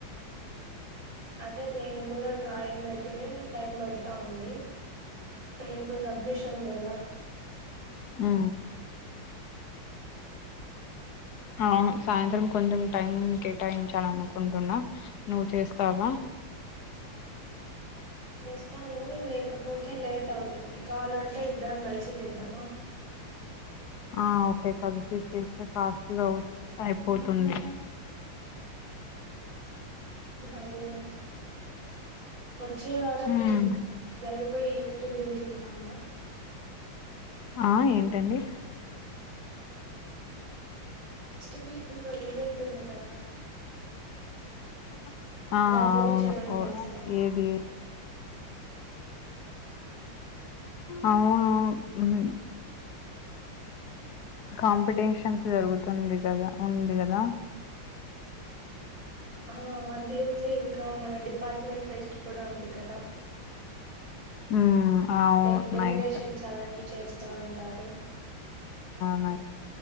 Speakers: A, on the right; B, on the left.
A: అదే నేను కూడా డ్రాయింగ్ దగ్గరే టైం పడతా ఉంది రేపు సడ్మిషన్ కదా
B: అ ఆ సాయంత్రం కొంచెం టైం కేటాయించాల అనుకుంటున్నా నువ్వు చేస్త చేస్తావా
A: చేస్తాను లేకపోతే లేట్ అవుతుంది కావాలంటే ఇద్దరం కలిసి చేద్దామా
B: ఆ ఓకే కలిసిచ్చస్తే ఫాస్ట్గా అయిపోతుంది అ
A: అదే వచ్చే వారం
B: హ్మ్
A: జరగబోయే ఈవెంట్ గురించి విన్నావు ఆ
B: ఆ ఏంటండి
A: నెక్స్ట్ వీక్ ఈవెంట్ ఉంది కదా
B: <unintelligible> ఆ
A: దాని గురించి
B: అవును
A: ఏమైనా తెలుసా
B: ఏది అ అవును కాంపిటీషన్స్ జరుగుతుంది కదా ఉంది కదా
A: ఆ అది ఉంది ఇంకా మన డిపార్ట్మెంట్ ఫెస్ట్ కూడా ఉంది కదా
B: హ్మ్ అవును
A: డె డెకరేషన్స్
B: నైస్
A: అవన్నీ చేస్తూ ఉంటారు
B: న